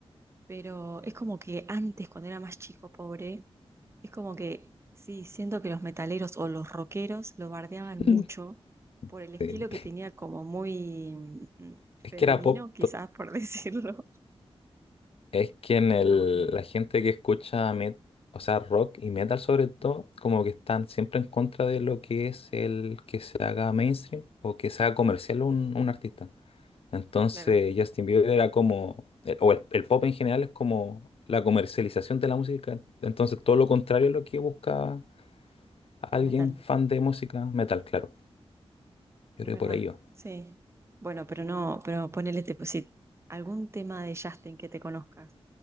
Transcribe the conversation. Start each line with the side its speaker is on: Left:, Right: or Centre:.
Right: pero es como que antes, cuando era más chico, pobre, es como que sí, siento que los metaleros o los rockeros lo bardeaban
Left: <laughs>
Right: mucho por el estilo
Left: Sí.
Right: que tenía como muy mm, femenino,
Left: Es que era pop,
Right: quizás por <laughs> decirlo.
Left: Es que en
Right: Es
Left: el,
Right: como que,
Left: la gente que escucha met- o sea, rock y metal sobre todo, como que están siempre en contra de lo que es el que se haga mainstream o que se haga comercial un, un artista. Entonces
Right: claro,
Left: Justin Bieber era como, el- o el, el pop en general es como la comercialización de la música. Entonces todo lo contrario es lo que busca alguien
Right: el metal,
Left: fan de música metal, claro. Yo
Right: es
Left: creo
Right: verdad,
Left: que por ahí va.
Right: sí. Bueno, pero no, pero ponele tipo, sí, algún tema de Justin que te conozcas,